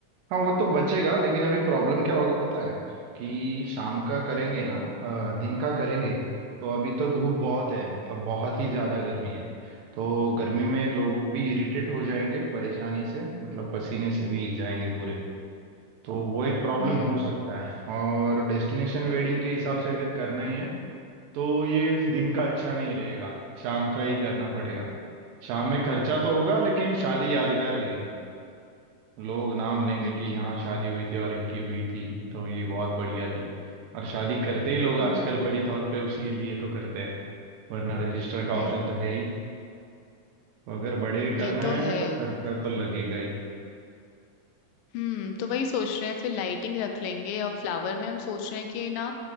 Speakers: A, on the right; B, on the left.
A: हाँ वो तो बचेगा लेकिन अभी प्रॉब्लम क्या होगा पता है कि शाम का करेंगे ना अ, दिन का करेंगे तो अभी तो धूप बहुत है मतलब बहुत ही ज्यादा गर्मी है तो गर्मी में लोग भी इरिटेट हो जाएंगे परेशानी से मतलब पसीने से भीग जाएंगे पूरे तो वो एक प्रॉब्लम
B: हम्म
A: हो सकता है और डेस्टिनेशन वेडिंग के हिसाब से अगर करना ही है तो ये दिन का अच्छा नहीं रहेगा शाम का ही करना पड़ेगा
B: हम्म
A: शाम में खर्चा तो होगा लेकिन शादी यादगार रहेगी लोग नाम लेंगे
B: हम्म
A: कि यहाँ शादी हुई थी और इनकी हुई थी तो ये बहुत बढ़िया थी और शादी करते ही लोग आजकल
B: हम्म
A: बड़ी तौर पे उसी लिए तो करते हैं वरना रजिस्टर का
B: हम्म,
A: ऑप्शन तो है ही तो अगर बड़े करना
B: ये तो
A: है
B: है
A: तो खर्चा तो लगेगा ही
B: हम्म तो वही सोच रहे हैं फिर लाइटिंग रख लेंगे और फ्लावर में हम सोच रहे हैं कि ना